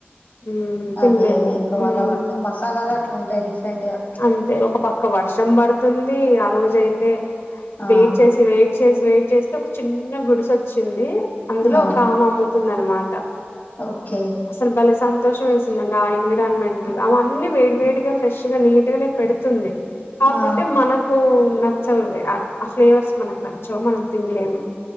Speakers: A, on the left; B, on the left.
A: మ్మ్ తినలేము
B: అదే అదే ఇంకా
A: మ్మ్
B: వాళ్ళ మసాలాలు అట్లు ఉంటాయి డిఫరెంట్ గా
A: అంతే ఒక పక్క వర్షం పడుతుంది ఆ రోజు అయితే
B: ఆ
A: వెయిట్ చేసి వెయిట్ చేసి వెయిట్ చేస్తే ఒక చిన్న గుడిసె వచ్చింది. అందులో
B: ఆ
A: ఒక ఆమె అమ్ముతుంది అనమాట
B: ఓకే
A: అసలు భలే సంతోషం వేసి నా ఎన్విరాన్మెంట్ అవన్నీ వేడి వేడిగా ఫ్రెష్ గా నీట్ గానే పెడుతుంది. కాపోతే
B: ఆ
A: మనకు నచ్చవు అవి ఆ ఫ్లేవర్స్ మనకు నచ్చవు మనం తినలేము